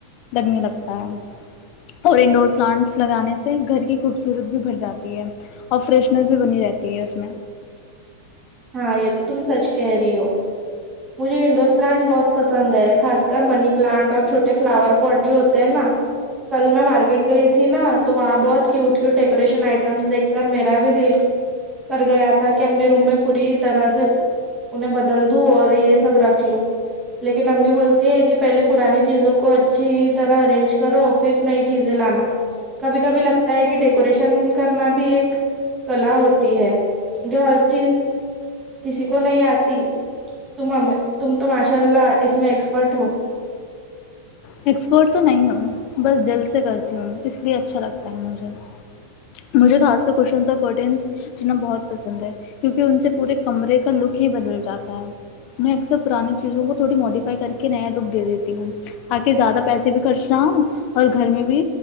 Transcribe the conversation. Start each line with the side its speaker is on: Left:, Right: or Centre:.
Left: لگنے لگتا ہے اور انڈور پلانٹس لگانے سے گھر کی خوبصورت بھی بھرھ جاتی ہے اور فریشنس بھی بنی رہتی ہے اس میں
Right: ہاں یہ تو تم سچ کہہ رہی ہو مجھے انڈور پلانٹس بہت پسند ہے خاص کر منی پلانٹ اور چھوٹے فلاور پوٹ جو ہوتے ہیں نا کل میں مارکیٹ گئی تھی نا تو وہاں بہت کیوٹ کیٹ ڈیکوریشن آئٹمس دیکھ کر میرا بھی دل کر گیا تھا کہ اپنے روم میں پوری طرح سے انہیں بدل دوں اور یہ سب رکھ لوں لیکن امی بولتی ہے کہ پہلے پرانی چیزوں کو اچھی طرح ارینج کرو پھر نئی چیزیں لانا کبھی کبھی لگتا ہے کہ ڈیکوریشن کرنا بھی ایک کلا ہوتی ہے جو ہر چیز کسی کو نہیں آتی تم تم تو ماشاء اللہ اس میں ایکسپرٹ ہو
Left: ایکسپرٹ تو نہیں ہوں بس دل سے کرتی ہوں اس لیے اچھا لگتا ہے مجھے مجھے خا کرن اورٹن جنا بہت پسند ہے کیونکہ ان سے پورے کمرے کا لک ہی بدل جاتا ہے میں اکثر پرانی چیزوں کو تھوڑی موڈیفائی کر کے نیا لک دے دیتی ہوں تاکہ زیادہ پیسے بھی خرچ نہ ہوں اور گھر میں بھی